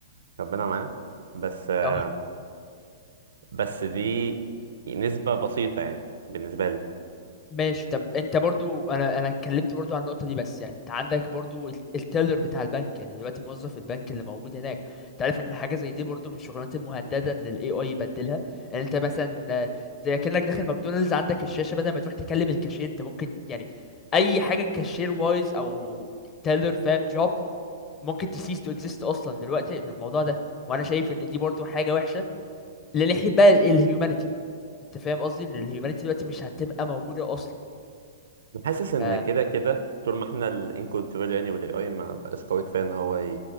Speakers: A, on the right; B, on the left.
A: ربنا معاه بس آه،
B: اه
A: بس دي نسبه بسيطه يعني بالنسبه لي
B: ماشي طب انت برضو انا انا اتكلمت برضو عن النقطه دي بس يعني انت عندك برضو ال- التيلر بتاع البنك يعني دلوقتي موظف البنك اللي موجود هناك انت عارف ان حاجه زي دي برضو من الشغلانات المهدده ان الاي اي يبدلها يعني انت مثلا آه، زي كانك داخل ماكدونالدز عندك الشاشه بدل ما تروح تكلم الكاشير انت ممكن يعني اي حاجه كاشير وايز او تيلر فاهم جوب ممكن تسيس تو اكزيست اصلا دلوقتي من الموضوع ده وانا شايف ان دي برضو حاجه وحشه لناحيه بقى الهيومانيتي انت فاهم قصدي ان الهيومانيتي دلوقتي مش هتبقى موجوده اصلا
A: حاسس ان
B: ف
A: كده كده طول ما احنا الان كنترول يعني والاي اي ما بقاش قوي كفايه ان هو ي-